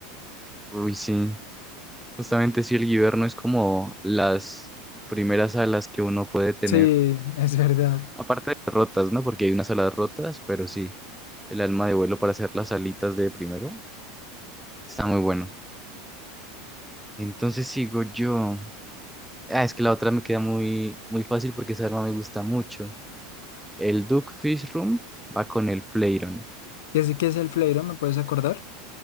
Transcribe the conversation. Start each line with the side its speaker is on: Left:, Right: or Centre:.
Centre: Uy, sí. Justamente si el guiberno es como las primeras alas que uno puede tener,
Left: Sí, <laughs> es verdad.
Centre: aparte de las rotas, ¿no? Porque hay unas alas rotas, pero sí, el alma de vuelo para hacer las alitas de primero está muy bueno. Entonces sigo yo. Ah, es que la otra me queda muy, muy fácil porque esa arma me gusta mucho. El Duck Room va con el Fleiron.
Left: ¿Y así que es el fleiro? ¿Me puedes acordar?